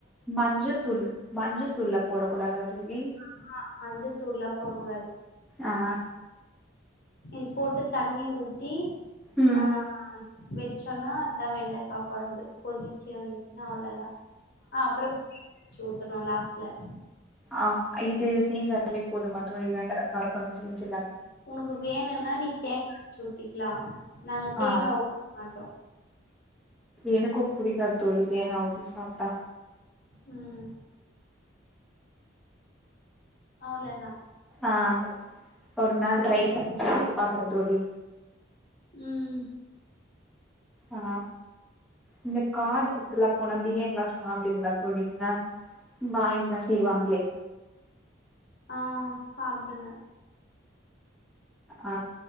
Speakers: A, in the centre; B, on the left.
A: மஞ்சத்தூள் மஞ்சத்தூள்லா போடக் கூடாதா தோழி
B: ஆஹா மஞ்சத்தூள்லா போட கூடாது
A: அ அ
B: இத் போட்டு தண்ணி ஊத்தி
A: ம்
B: அ ம் வெச்சன்னா அத்தா வெண்டக்கா கொழம்பு கொதிச்சி வந்திச்சினா அவ்ளதா ஆ அப்ற <inaudible> ச்சு ஊத்தணு லாஸ்ட்ல
A: ஆ இது செய்ஞ்சாலே போதுமா தோழி வெண்டக்கா கார கொழம்பு செய்ஞ்சிர்லா
B: உனுக்கு வேணுன்னா நீ தேங் <inaudible> ச்சு ஊத்திக்லா நாங்க
A: ஆ
B: தேங்கா <inaudible> மாட்டோ
A: எனுக்கு புடிக்கா தோழி தேங்கா ஊத்தி சாப்ட்டா
B: ம் அவ்ளதா
A: அ ஒரு நாள் ட்ரை பண்ணி சாப்ட்டு பாக்றே தோழி
B: ம்ம்
A: அஹ இந்த காது குத்துல்லா போனா பிரியாண்ல்லா சாப்டுவிங்ளா தோழி ங்க பாய்ங்ளா செய்வாங்ளே
B: ஆ சாப்டுவே
A: அ